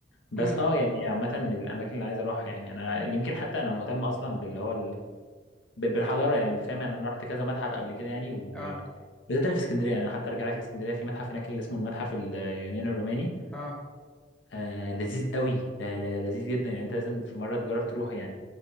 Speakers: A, on the left; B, in the centre.
A: بس
B: امم
A: أه يعني عامة من الأماكن اللي عايز أروحها يعني أنا يمكن حتى أنا مهتم أصلا باللي هو ال... بال- بالحضارة يعني أنت فاهم يعني أنا رحت كذا متحف قبل كده يعني وبالذات
B: اه
A: اللي في اسكندرية يعني أنا حتى أرجع لك لإسكندرية في متحف هناك اللي اسمه المتحف اليوناني الروماني
B: اه
A: آه لذيذ قوي لا لا لذيذ جدا يعني انت لازم في مره تجرب تروح يعني